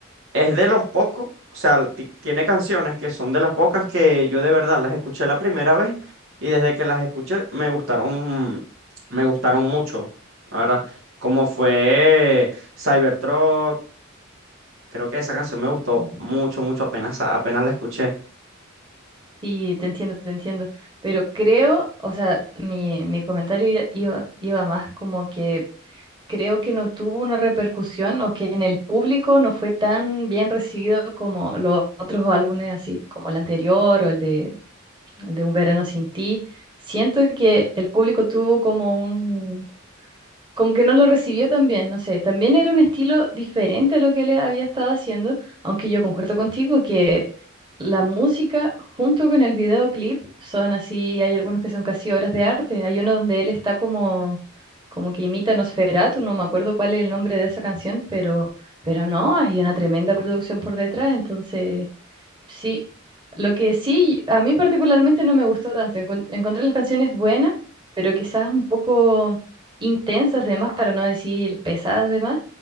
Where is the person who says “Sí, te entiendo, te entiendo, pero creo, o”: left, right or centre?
Right